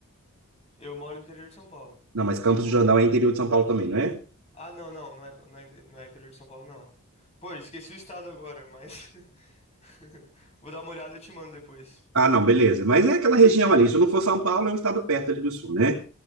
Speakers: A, on the left (about 30°); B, on the right (about 85°).
A: Eu moro no interior de São Paulo.
B: Não, mas Campos do Jordão é interior de São Paulo também, não é?
A: Ah, não, não, não é, não é, inte- não é interior de São Paulo, não. Pô, esqueci o estado agora, mas. <laughs> Vou dar uma olhada e te mando depois.
B: Ah, não, beleza. Mas é aquela região ali. Se não for São Paulo, é um estado perto ali do sul, né?